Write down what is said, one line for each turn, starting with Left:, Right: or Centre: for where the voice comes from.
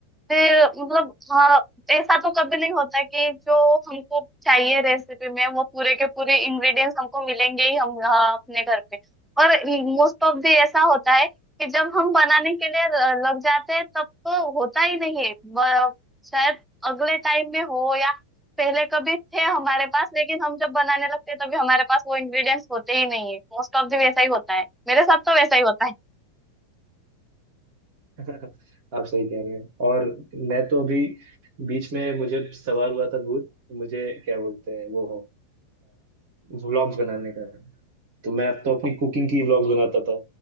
Centre: फिर मतलब हाँ ऐसा तो कभी नहीं होता कि जो हमको चाहिए रेसिपी में वो पूरे के पूरे इंग्रेडिएंट्स हमको मिलेंगे ही हम हाँ, अपने घर पे और मोस्ट ऑफ दी ऐसा होता है कि जब हम बनाने के लिए ल- लग जाते हैं तब तो होता ही नहीं है ब- शायद अगले टाइम में हो या पहले कभी थे हमारे पास लेकिन हम जब बनाने लगते हैं तभी हमारे पास वो इंग्रेडिएंट्स होते ही नहीं है मोस्ट ऑफ दी वैसा ही होता है मेरे साथ तो वैसा ही होता है
Right: <laughs> आप सही कह रहे हैं और मैं तो अभी बीच में मुझे सवार हुआ था भूत मुझे क्या बोलते हैं वो व्लॉग्स बनाने का तो मैं तो अपनी कुकिंग की व्लॉग्स बनाता था